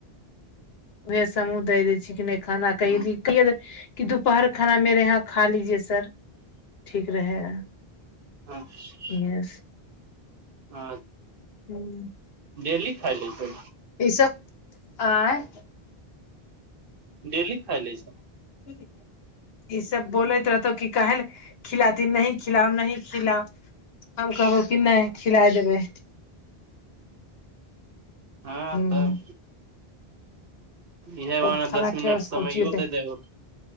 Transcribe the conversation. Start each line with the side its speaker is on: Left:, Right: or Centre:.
Left: उएहे हमहु दय दै छी कि नहि खाना कहीं
Right: हँ
Left: <unintelligible> कि दुपहर खाना मेरे यहां खा लीजिए सर ठीक रहेगा
Right: हं से <inaudible> <inaudible>
Left: इहे से
Right: आज
Left: हम्म
Right: डेली खाइ लै छै
Left: ई सब आँय
Right: डेली खाइ ले छै
Left: <inaudible> <inaudible> ई सब बोलैत रहतौ कि काहे न खिलाती नहीं खिलाउ नहीं खिलाऊ हम कहबौ कि नहि खिलाय देबै
Right: हँ
Left: हूं
Right: तब इहे बहाना
Left: खाना
Right: दस
Left: खिलाबै
Right: मिनट
Left: से
Right: समैयो
Left: कोची होतै
Right: दैय हो